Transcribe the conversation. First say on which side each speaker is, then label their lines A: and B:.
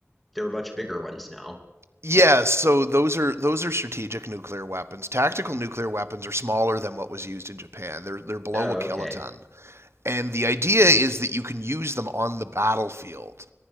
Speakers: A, in the centre; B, on the right.
A: there are much bigger ones now.
B: yeah, so those are those are strategic nuclear weapons. Tactical nuclear weapons are smaller than what was used in Japan. They're they're below
A: Oh,
B: a kiloton.
A: okay.
B: And the idea is that you can use them on the battlefield